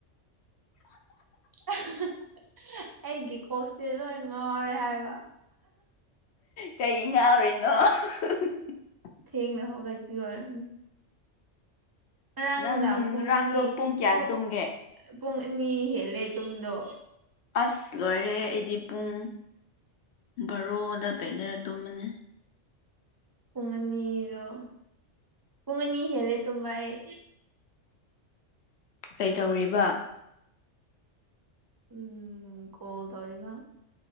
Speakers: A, on the right (about 30°); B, on the left (about 65°).
A: <unintelligible> ꯑꯩꯒꯤ ꯀꯣꯛꯁꯦ ꯂꯣꯏ ꯉꯥꯎꯔꯦ ꯍꯥꯏꯕ꯫
B: ꯀꯩꯒꯤ <unintelligible>
A: ꯊꯦꯡꯅ ꯍꯧꯒꯠꯄꯩ ꯑꯣꯏꯔꯝꯅꯤ꯫ ꯉꯔꯥꯡ
B: ꯅꯪ
A: ꯅꯨꯡꯗꯥꯡ ꯄꯨꯡ
B: ꯉꯔꯥꯡꯗꯣ
A: ꯑꯅꯤ
B: ꯀꯌꯥ
A: ꯄꯨꯡ꯫
B: ꯇꯨꯝꯒꯦ
A: ꯄꯨꯡ ꯑꯅꯤ ꯍꯦꯜꯂꯦ ꯇꯨꯝꯗꯣ꯫
B: ꯑꯁ ꯂꯣꯏꯔꯦ꯫ ꯑꯩꯗꯤ ꯄꯨꯡ ꯕꯥꯔꯣꯗ ꯀꯥꯏꯗꯔ ꯇꯨꯝꯕꯅꯤ꯫
A: ꯄꯨꯡ ꯑꯅꯤꯗꯣ ꯄꯨꯡ ꯑꯅꯤ ꯍꯦꯜꯂꯦ ꯇꯨꯝꯕꯥ ꯑꯩ꯫
B: ꯀꯩꯇꯧꯔꯤꯕ꯫
A: ꯎꯝ ꯀꯣꯜ ꯇꯧꯔꯤꯕ꯫